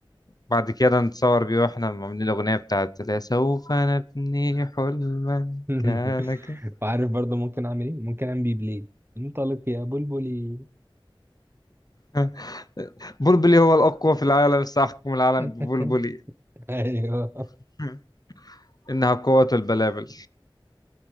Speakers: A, on the left (about 45°); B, on the right (about 25°).
A: بعد كده نتصور بيه واحنا عاملين الاغنيه بتاعت اللي هي سوف نبني حلما
B: <laughs>
A: كان ك-
B: وعارف برضه ممكن اعمل ايه ممكن اعمل بي بليد انطلق يا بلبلي
A: <laughs> بلبلي هو الاقوى في العالم ساحكم العالم ببلبلي
B: <laughs> ايوه
A: <laughs> انها قوه البلابل